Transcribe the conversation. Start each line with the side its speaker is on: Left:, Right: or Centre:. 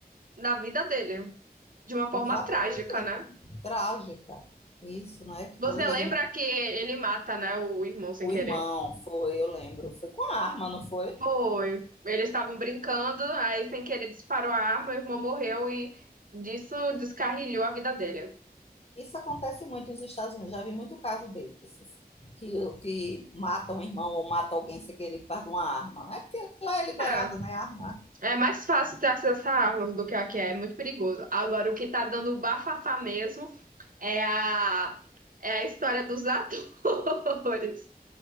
Right: na vida dele, de uma forma
Left: exatamente,
Right: trágica, né?
Left: trágica. Isso, né? Que
Right: Você
Left: foi
Right: lembra
Left: ele, ma-
Right: que ele mata, né, o irmão sem
Left: o
Right: querer?
Left: irmão, foi, eu lembro, foi com a arma, não foi?
Right: Foi. Eles estavam brincando, aí sem querer disparou a arma, o irmão morreu e disso descarrilhou a vida dele.
Left: Isso acontece muito nos Estados Unidos, já vi muito caso desses, que, que matam um irmão ou matam alguém sem querer por causa de uma arma. Não é porque lá é liberado,
Right: É,
Left: né, a arma.
Right: é mais fácil ter acesso a armas do que a que é, é muito perigoso. Agora, o que tá dando o bafafá mesmo é a, é a história dos <laughs> atores.